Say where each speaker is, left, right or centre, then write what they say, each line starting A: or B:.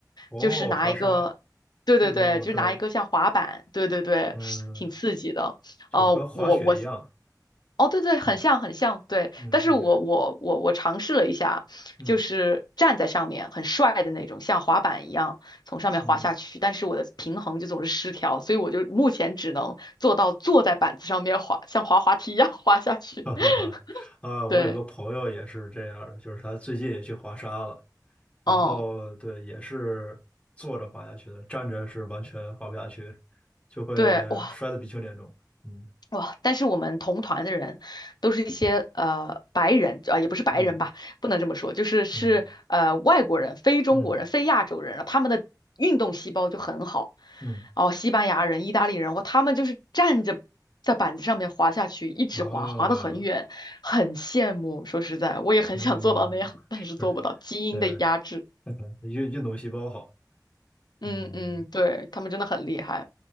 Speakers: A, on the left; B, on the left.
A: 哦，
B: 就是拿一个。
A: 滑沙，
B: 对对对，
A: 就是我知道，
B: 就是拿一个像滑板，对对对，
A: 嗯，
B: 挺刺激的。
A: 就是跟滑雪一样，
B: 哦、我我哦，对对，很像很像，
A: 嗯
B: 对。
A: 嗯，
B: 但是我我我我尝试了一下，
A: 你嗯
B: 就是站在上面很帅的那种，像滑板一样从上面滑下去，
A: 嗯。
B: 但是我的平衡就总是失调，所以我就目前只能做到坐在板子上面滑，像滑滑梯一样滑下去。
A: <laughs> 哈哈哈，
B: <laughs>
A: 啊，
B: 对，
A: 我有个朋友也是这样儿的，就是他最近也去滑沙了，然后对，
B: 嗯，
A: 也是坐着滑下去的，站着是完全滑不下去，就会
B: 对，哇，
A: 摔得鼻青脸肿。嗯
B: 哇！但是我们同团的人都是一些呃白人，啊、呃也不是白人吧，
A: 嗯
B: 不能这么说，就是是呃外国人、
A: 嗯
B: 非中国人、
A: 嗯
B: 非亚洲人他们的运动细胞就很好。
A: 嗯
B: 哦，西班牙人、意大利人，哇，他们就是站着在板子上面滑下去，一直滑，
A: 啊
B: 滑得很远，很羡慕。说实在，我也很想做到那样，
A: 嗯是
B: 但是做不到，基因的压制。
A: 呃 <laughs> 运运动细胞好，
B: 嗯嗯，
A: 嗯
B: 对，他们真的很厉害。